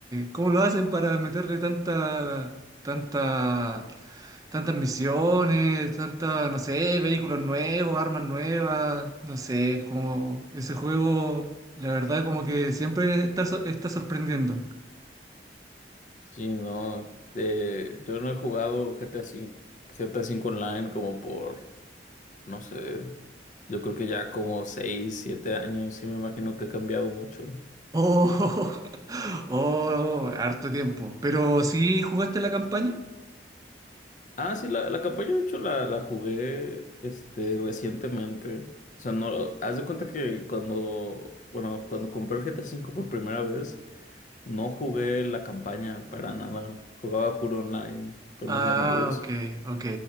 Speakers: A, on the right; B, on the left.
A: ¿cómo lo hacen para meterle tanta, tanta, tantas misiones, tantas, no sé, vehículos nuevos, armas nuevas, no sé, como ese juego, la verdad, como que siempre está, sor- está sorprendiendo.
B: Sí, no. eh, yo no he jugado GTA V, GTA cinco G T A cinco Online como por No sé. Yo creo que ya como seis, siete años, sí me imagino que ha cambiado mucho.
A: Oh, <laughs> oh, harto tiempo. Pero sí jugaste la campaña.
B: Ah, sí, la, la campaña de hecho la, la jugué este, recientemente. O sea, no, haz de cuenta que cuando, bueno, cuando compré el GTA V por primera vez, no jugué la campaña para nada. Jugaba puro online con
A: Ah,
B: mis amigos.
A: ok, ok,